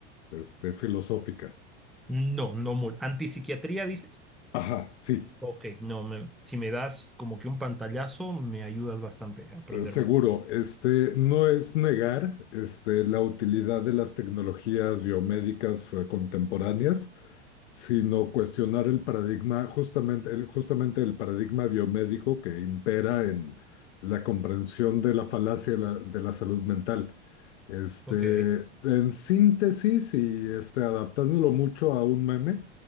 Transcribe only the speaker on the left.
este, filosófica.
Ajá, sí,
eh, seguro.
Este, no es negar, este, la utilidad de las tecnologías biomédicas eh, contemporáneas. sino cuestionar el paradigma, justamente el, justamente el paradigma biomédico que impera en la comprensión de la falacia de la, de la salud mental. Este,
en síntesis y este, adaptándolo mucho a un meme,